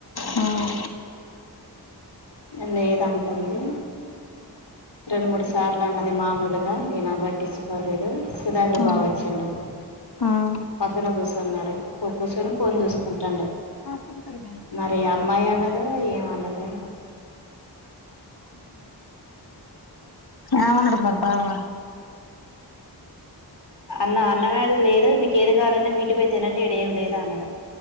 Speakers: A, on the left (about 65°); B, on the left (about 85°).
A: హ్మ్
B: ఏం లేదు అంటంది రెండు మూడు సార్లు సార్లు అన్నది మామూలుగా మీనా పట్టించుకోలేదు సుధాకర్
A: ఆ
B: బావ
A: ఆ
B: వచ్చిండు
A: ఆ
B: పక్కన కూసున్నాడు కూసోని ఫోన్ చూసుకుంటుండు
A: హాస్పిటల్ పోయినక్క
B: మరి అమ్మాయి అన్నదో ఏమన్నదో
A: ఏమన్నడు మరి బావ
B: అన్న అన్నమేడ లేదు మీకు ఏది కావాలన్నా మీ ఇంటికి పోయి తినండి ఈడ ఏమి లేదు అన్నడు